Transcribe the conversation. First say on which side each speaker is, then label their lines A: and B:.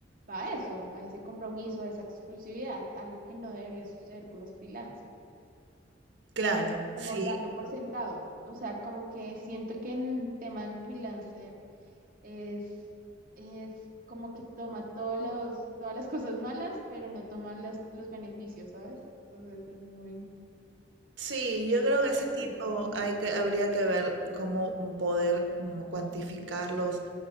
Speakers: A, on the right (about 45°); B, on the right (about 75°).
A: va a eso, a ese compromiso, a esa exclusividad, algo que no debería suceder con los freelancers,
B: Claro,
A: como
B: sí.
A: darlo por sentado. O sea, como que siento que en el tema del freelancer es, es como que toma todos los, todas las cosas malas, pero no toma las- los beneficios, ¿sabes? Entonces es muy
B: Sí, yo creo
A: contradictorio,
B: que ese tipo hay que, habría que ver cómo poder como cuantificar los,